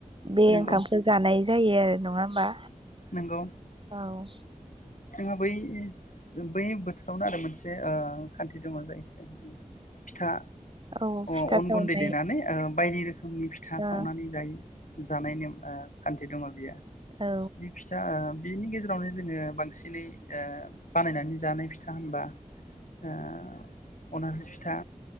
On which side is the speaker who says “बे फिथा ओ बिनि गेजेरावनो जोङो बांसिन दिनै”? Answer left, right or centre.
Left